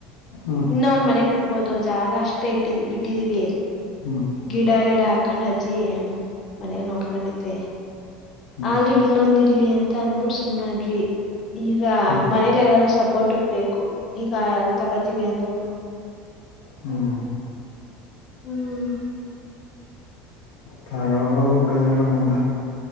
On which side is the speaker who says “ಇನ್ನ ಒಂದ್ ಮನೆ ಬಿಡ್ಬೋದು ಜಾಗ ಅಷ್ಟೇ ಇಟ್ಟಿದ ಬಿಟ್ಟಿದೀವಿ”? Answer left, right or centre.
Left